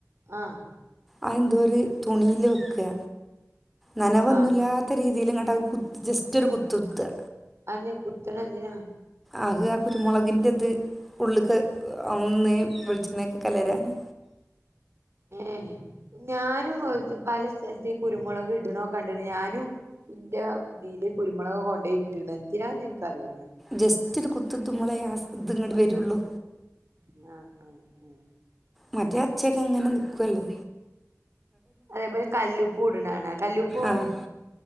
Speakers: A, on the right (about 50°); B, in the centre.
A: ആഹ്
B: ആ എന്തോര് തുണീല് വെക്ക്ക നനവൊന്നൂല്ലാ
A: ആഹ്
B: ത്ത രീതിലങ്ങട്ട് കു ജസ്റ്റൊര് കുത്ത്ത്ത
A: അതെന്തെ കുത്തണന്തിന
B: അ ഹ് ആ കുര്മൊളകിൻ്റത് ഉള്ള്ക്ക് ഔന്നെ വെളിച്ചെണെക്ക് കലരാന്
A: ഏഹ് ഞാനും വ് പല സ്ഥലത്തി കുരുമൊളക് ഇടണൊ കണ്ട്ന് ഞാനും ഇന്റ ഇതില് കുരുമൊളക് കൊണ്ടേ ഇട്ട്ണ് എന്തിനാ എന്ക്കറീല്ല
B: ജസ്റ്റൊര് കുത്ത്ത്തുമ്പളെ അ സ് ഇത് ഇങ്ങട്ട് വെരുള്ളൂ
A: ന്നാ അം ഉം
B: മറ്റെ അച്ചെക്ക അങ്ങന നിക്ക്വല്ലോ
A: അതേപോലെ കല്ലുപ്പും ഇട്ണ കാണ കല്ലുപ്പൂ
B: ആഹ്